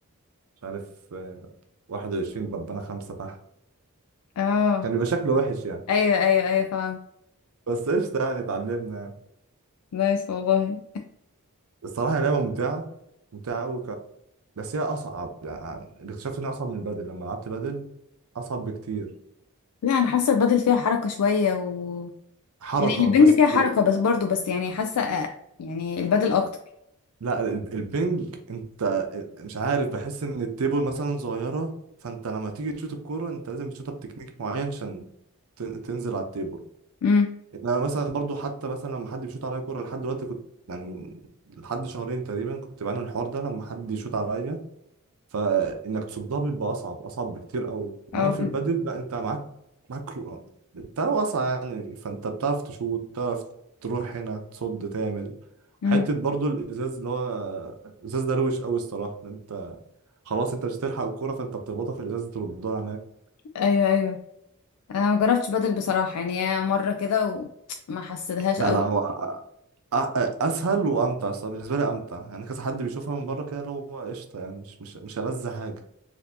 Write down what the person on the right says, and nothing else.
مش عارف آه، 21 ببقى أنا خمسة تحت
كان بيبقى شكله وحش يعني
بس قشطة يعني اتعلمنا يعني.
الصراحة هي لعبة ممتعة ممتعة أوي ك... بس هي أصعب يعني اللي اكتشفت إنها أصعب من البادل لما لعبت بادل أصعب بكتير
حركة
بس
لا ال- البنج انت مش عارف بحس ان التيبل مثلا صغيرة فانت لما تيجي تشوت الكورة انت لازم بتشوتها بتكنيك معين عشان تن- تنزل على التيبل
انا مثلا برضو حتى مثلا لما حد بيشوت عليا كورة لحد دلوقتي كنت يعني لحد شهرين تقريبا كنت بعاني من الحوار ده لما حد يشوت عليا فانك تصدها بيبقى اصعب اصعب بكتير قوي انما
في
البادل لا انت معاك معاك رو- انت واسعه يعني فانت بتعرف تشوط تعرف تروح هنا تصد تعمل
حته برضو الازاز اللي هو الازاز ده روش قوي الصراحه إن انت خلاص انت مش هتلحق الكوره فانت بتخبطها في الازاز تردها هناك
لا
لا هو أ- أ- اسهل وامتع الصراحه بالنسبه لي امتع يعني كذا حد بيشوفها من بره كده اللي هو قشطه يعني مش مش مش ألذ حاجه